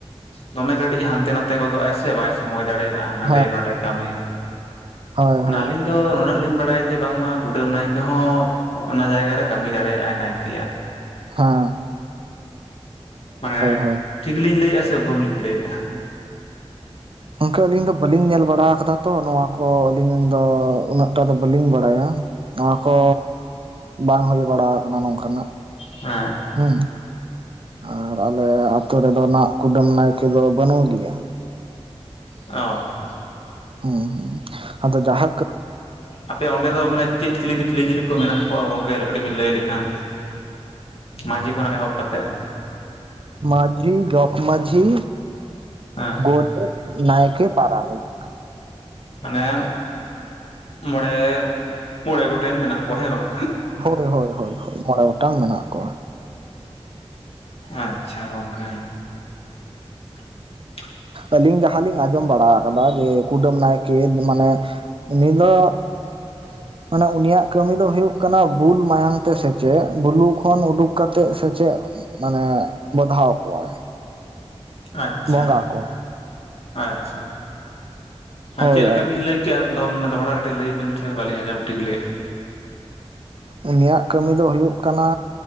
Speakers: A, on the left; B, on the right.
A: ᱫᱚᱢᱮ ᱠᱟᱹᱴᱤᱡ ᱦᱟᱱᱛᱮ ᱱᱟᱱᱛᱮ ᱜᱚᱫᱚᱜ-ᱟᱭ ᱥᱮ ᱵᱟᱭ ᱥᱚᱢᱚᱭ ᱫᱟᱲᱮᱭᱟᱜᱼ ᱟ ᱦᱟᱸᱰᱮ
B: ᱦᱮᱸ
A: ᱱᱚᱰᱮ ᱠᱟᱹᱢᱤ᱾
B: ᱦᱳᱭ
A: ᱢᱟᱱᱮ
B: ᱦᱳᱭ
A: ᱟᱞᱤᱧ ᱼᱼ ᱫᱚ ᱱᱩᱱᱟᱹᱜ ᱞᱤᱧ ᱵᱟᱲᱟᱭᱟ ᱡᱮ, ᱵᱟᱝᱢᱟ ᱠᱩᱰᱟᱹᱢ ᱱᱟᱭᱠᱮ ᱦᱚᱸ ᱚᱱᱟ ᱡᱟᱭᱜᱟ ᱨᱮ ᱠᱟᱹᱢᱤ ᱫᱟᱲᱮᱭᱟᱜ ᱟᱭ ᱱᱟᱭᱠᱮᱭᱟᱜ᱾
B: ᱦᱟᱸᱻ
A: ᱢᱟᱱᱮ
B: ᱦᱳᱭ
A: ᱴᱷᱤᱠᱞᱤᱧ ᱞᱟᱹᱭᱮᱜᱼᱟ ᱥᱮ ᱵᱷᱩᱞ ᱞᱤᱧ ᱞᱟᱹᱭᱮᱜᱼᱟ?
B: ᱚᱝᱠᱮ ᱟᱹᱞᱤᱧ ᱫᱚ ᱵᱟᱹᱞᱤᱧ ᱧᱮᱞ ᱵᱟᱲᱟ ᱠᱟᱫᱟ ᱛᱚ ᱱᱚᱣᱟ ᱠᱚ ᱟᱹᱞᱤᱧ ᱫᱚ ᱩᱱᱟᱹᱜᱴᱟ ᱫᱚ ᱵᱟᱹᱞᱤᱧ ᱵᱟᱲᱟᱭᱟ᱾ ᱱᱚᱣᱟ ᱠᱚᱻ ᱵᱟᱝ ᱦᱳᱭ ᱵᱟᱲᱟ ᱠᱟᱱᱟ ᱱᱚᱝᱠᱟᱱᱟᱜ᱾
A: ᱦᱮᱸᱻ
B: ᱦᱩᱸ ᱟᱨ ᱟᱞᱮ ᱟᱛᱳ ᱨᱮᱫᱚ ᱱᱟᱜ ᱠᱩᱰᱟᱹᱢ ᱱᱟᱭᱠᱮᱹ ᱫᱚ ᱵᱟᱹᱱᱩᱜᱽ ᱮᱭᱟ᱾
A: ᱚᱻ
B: ᱦᱩᱸ ᱦᱩᱸ ᱾ ᱟᱫᱚ ᱡᱟᱦᱟᱸ ᱠᱟᱹᱼᱼ
A: ᱟᱯᱮ ᱚᱸᱰᱮ ᱫᱚ ᱢᱟᱱᱮ ᱪᱮᱫ ᱪᱤᱞᱤ ᱠᱚ ᱪᱤᱞᱤ ᱪᱤᱞᱤ ᱠᱚ ᱢᱮᱱᱟᱜ ᱠᱚᱣᱟ ᱜᱚᱝᱠᱮ ᱠᱟᱹᱴᱤᱡ ᱵᱮᱱ ᱞᱟᱹᱭ ᱞᱮᱠᱷᱟᱱᱼ ᱢᱟᱹᱡᱷᱤ ᱠᱷᱚᱱᱟᱜ ᱮᱦᱚᱵ ᱠᱟᱛᱮᱜ᱾
B: ᱢᱟᱹᱡᱷᱤ, ᱡᱚᱠ ᱢᱟᱹᱡᱷᱤ,
A: ᱦᱮᱸ
B: ᱜᱚᱰᱮᱹᱛ, ᱱᱟᱭᱠᱮ, ᱯᱟᱨᱟᱱᱤᱠ᱾
A: ᱢᱟᱱᱮ-ᱢ ᱢᱚᱬᱮ ᱢᱚᱬᱮ ᱜᱚᱴᱮᱱ ᱢᱮᱱᱟᱜ ᱠᱚᱣᱟ ᱦᱮᱸ ᱵᱟᱝ?
B: ᱦᱳᱭ ᱦᱳᱭ ᱦᱳᱭ ᱦᱳᱭ ᱢᱚᱬᱮ ᱜᱚᱴᱟᱝ ᱢᱮᱱᱟᱜ ᱠᱚᱣᱟ᱾
A: ᱟᱪᱪᱷᱟ ᱜᱚᱝᱠᱮ᱾ <inaudible>
B: ᱟᱹᱞᱤᱧ ᱡᱟᱦᱟᱸᱞᱤᱧ ᱟᱸᱡᱚᱢ ᱵᱟᱲᱟ ᱠᱟᱫᱟ ᱡᱮ, ᱠᱩᱰᱟᱹᱢ ᱱᱟᱭᱠᱮᱹ ᱢᱟᱱᱮᱼᱼ ᱩᱱᱤ ᱫᱚᱼᱼ
A: <inaudible>
B: ᱢᱟᱱᱮ ᱩᱱᱤᱭᱟᱜ ᱠᱟᱹᱢᱤ ᱫᱚ ᱦᱳᱭᱳᱜ ᱠᱟᱱᱟ ᱵᱩᱞ ᱢᱟᱭᱟᱝ ᱛᱮ ᱥᱮᱪᱮᱜ ᱵᱩᱞᱩ ᱠᱷᱚᱱ ᱩᱰᱩᱠ ᱠᱟᱛᱮᱜ ᱥᱮᱪᱮᱜᱼᱼ ᱢᱟᱱᱮ ᱵᱚᱫᱷᱟᱣ ᱠᱚᱣᱟᱭ᱾
A: ᱟᱪᱪᱷᱟ
B: ᱵᱚᱸᱜᱟ ᱠᱚ
A: ᱟᱪᱪᱷᱟ ᱟ
B: ᱦᱳᱭ
A: ᱪᱮᱜ ᱞᱮᱠᱟ
B: ᱟᱨᱠᱤ
A: ᱵᱮᱱ ᱞᱟᱹᱭᱼᱼ ᱠᱮᱭᱟ ᱫᱚᱢ ᱫᱚᱦᱲᱟ ᱠᱟᱹᱴᱤᱡ ᱞᱟᱹᱭᱵᱤᱱ ᱥᱮ ᱵᱟᱞᱤᱧ ᱟᱸᱡᱚᱢ ᱴᱷᱤᱠ ᱞᱮᱜ ᱾
B: ᱩᱱᱤᱭᱟᱜ ᱠᱟᱹᱢᱤ ᱫᱚ ᱦᱩᱭᱩᱜ ᱠᱟᱱᱟᱼᱼ